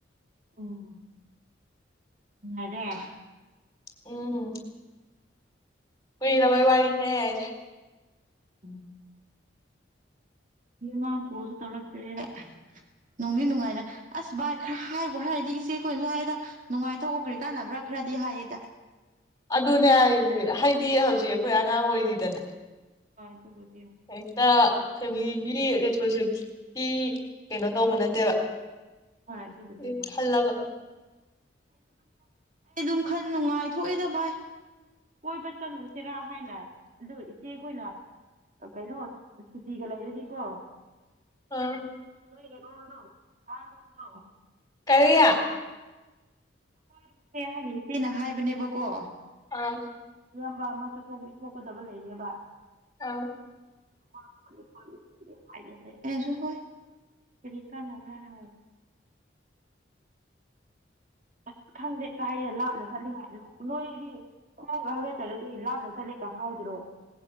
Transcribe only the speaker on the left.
ꯎꯝ ꯀꯨꯏꯔꯕ ꯋꯥꯔꯤꯅꯦ ꯑꯩ ꯍꯥꯏꯁꯦ
ꯑꯗꯨꯅꯦ ꯍꯥꯏꯁꯦ ꯍꯥꯏꯗꯤ ꯍꯧꯖꯤꯛ ꯑꯩꯈꯣꯏ ꯑꯉꯥꯡ ꯑꯣꯏꯔꯤꯗꯅ
ꯍꯦꯛꯇ ꯐꯦꯃꯤꯂꯤꯒꯤ ꯔꯦꯁꯄꯣꯟꯁꯤꯕꯤꯂꯤꯇꯤ ꯀꯩꯅꯣ ꯇꯧꯕ ꯅꯠꯇꯦꯕ
ꯗꯨꯏ
ꯈꯜꯂꯕ
ꯑꯥ
ꯀꯔꯤ
ꯑꯥ
ꯑꯧ
<inaudible>